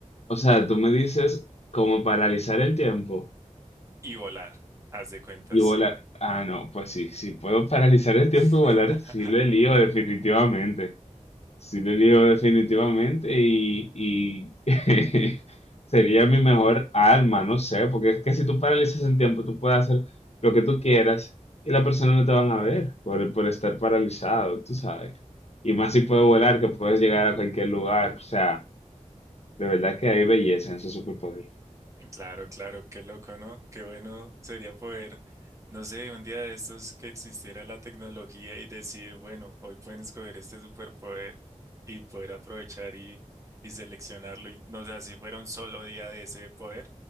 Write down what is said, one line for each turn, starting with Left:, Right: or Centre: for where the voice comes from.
Left: o sea, tú me dices como paralizar el tiempo
Right: Y volar, haz de cuentas,
Left: y volar.
Right: sí.
Left: Ah, no, pues sí, si puedo paralizar el tiempo
Right: <laughs>
Left: y volar, sí lo lío definitivamente. Sí, le digo definitivamente y, y <laughs> sería mi mejor arma, no sé, porque es que si tú paralizas el tiempo, tú puedes hacer lo que tú quieras y la persona no te van a ver por, por estar paralizado, tú sabes. Y más si puedes volar, que puedes llegar a cualquier lugar, o sea, de verdad que hay belleza en ese superpoder.
Right: Claro, claro, qué loco, ¿no? Qué bueno sería poder, no sé, un día de estos que existiera la tecnología y decir, bueno, hoy pueden escoger este superpoder y poder aprovechar y, y seleccionarlo. Y no sé, si fuera un solo día de ese poder,